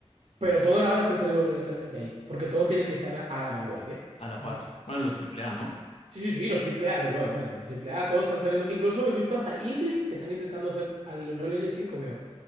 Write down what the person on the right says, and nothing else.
pero todos ahora están saliendo obligatoriamente ahí, porque todos tienen que estar a, a la vanguardia.
Entonces,
sí, sí, sí, los triple A los, obviamente, los triple A todos están saliendo. Incluso he visto hasta indies que están intentando hacer al Unreal Engine cinco viejo.